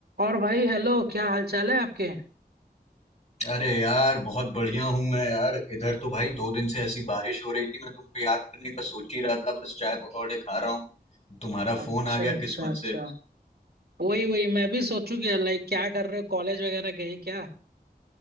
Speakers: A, on the right (about 80°); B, on the left (about 40°).
A: और भाई हेलो क्या हाल चाल है आपके
B: अरे यार बहुत बढ़िया हूँ मैं यार इधर तो भाई दो दिन से ऐसी बारिश हो रही थी मैं तुमको याद करने का सोच ही रहा था बस चाय पकौड़े खा रहा हूँ तुम्हारा
A: अच्छा
B: फोन आ गया
A: अच्छा
B: किस्मत
A: अच्छा
B: से
A: वही वही मैं भी सोचू कि लाइक क्या कर रहे हो कॉलेज वगैरह गए क्या